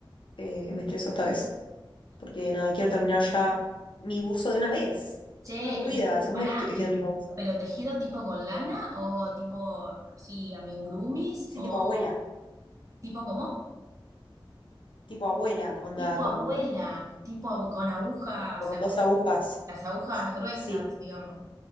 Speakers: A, on the left; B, on the right.
A: eh, me estresó esta vez, porque nada, quiero terminar ya mi buzo de una vez.
B: Che,
A: Estoy muy aburrida,
B: y
A: hace
B: pará,
A: un mes que estoy tejiendo
B: y-
A: el mismo buzo.
B: ¿pero tejido tipo con lana o tipo así amigurumis
A: Sí,
B: o
A: tipo abuela,
B: tipo cómo?
A: tipo abuela, onda,
B: Tipo
A: con,
B: abuela, tipo abu- con agujas,
A: tipo
B: o
A: con
B: sea,
A: dos
B: con
A: agujas.
B: las agujas gruesas,
A: Sí,
B: digamos.